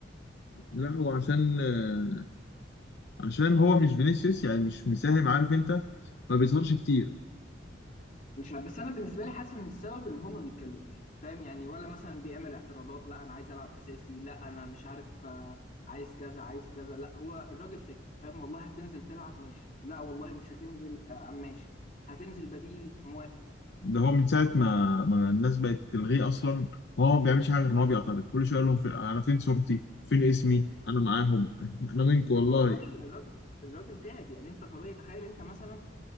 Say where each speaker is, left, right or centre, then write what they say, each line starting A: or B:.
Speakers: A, on the left; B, on the left.
A: لا هو عشان آه، عشان هو مش فينيسيوس يعني مش مساهم عارف انت ما بيظهرش كتير
B: مش عارف بس انا بالنسبه لي حاسس ان السبب ان هو ما بيتكلمش فاهم يعني ولا مثلا بيعمل اعتراضات لا انا عايز العب اساسي لا انا مش عارف آه، عايز كذا عايز كذا لا هو الراجل ساكت فاهم والله هتنزل تلعب ماشي لا والله مش هتنزل آه، ماشي هتنزل بديل موافق
A: ده هو من ساعة ما ما الناس بقت تلغيه أصلا هو ما بيعملش حاجة غير إن هو بيعترض كل شوية يقول لهم فين- أنا فين صورتي؟ فين اسمي؟ أنا معاهم <laughs> أنا منكم والله
B: ما هو الراجل الراجل الراجل تعب يعني انت طبيعي تخيل انت مثلا